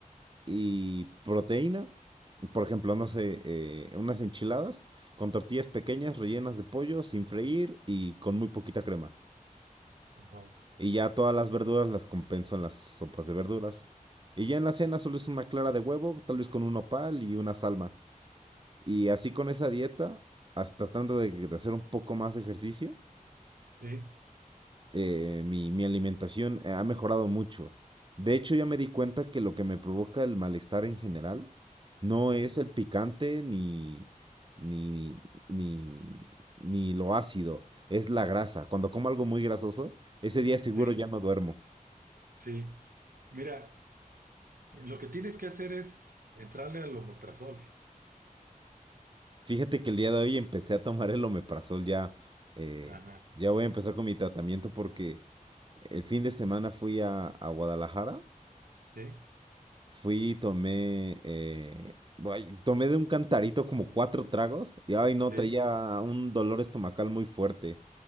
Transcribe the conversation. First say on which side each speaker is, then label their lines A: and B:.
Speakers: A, on the right (about 35°); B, on the right (about 85°).
A: y proteína. Por ejemplo, no sé, eh, unas enchiladas con tortillas pequeñas rellenas de pollo sin freír y con muy poquita crema.
B: ajá.
A: Y ya todas las verduras las compenso en las sopas de verduras. Y ya en la cena solo es una clara de huevo, tal vez con un nopal y una salma. Y así con esa dieta, hasta tratando de, de hacer un poco más de ejercicio,
B: Sí,
A: eh, mi, mi alimentación eh, ha mejorado mucho. De hecho, ya me di cuenta que lo que me provoca el malestar en general no
B: sí,
A: es el picante ni, ni, ni, ni lo ácido, es la grasa. Cuando como algo muy grasoso, ese día seguro
B: sí.
A: ya no duermo.
B: Sí, mira, lo que tienes que hacer es entrarle al omeprazol.
A: Fíjate que el día de hoy empecé a tomar el omeprazol ya. eh,
B: Ajá,
A: ya voy a empezar con mi tratamiento porque el fin de semana fui a, a Guadalajara.
B: sí,
A: Fui y tomé. eh, ay, tomé de un cantarito como cuatro tragos. Y ay, no,
B: sí,
A: traía un dolor estomacal muy fuerte.